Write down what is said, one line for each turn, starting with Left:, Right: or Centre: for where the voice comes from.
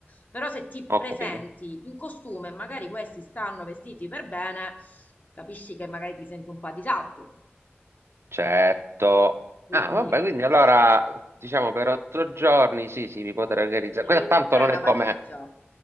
Left: Però se ti
Right: ho
Left: presenti
Right: capito.
Left: in costume e magari questi stanno vestiti per bene, capisci che magari ti senti un po' a disagio.
Right: Certo.
Left: Quindi
Right: Ah, vabbè, quindi allora, diciamo per otto giorni, sì, sì, mi potrei organizzare.
Left: ti
Right: Quella
Left: devi
Right: tanto
Left: portare
Right: non
Left: una
Right: è
Left: valigia.
Right: come,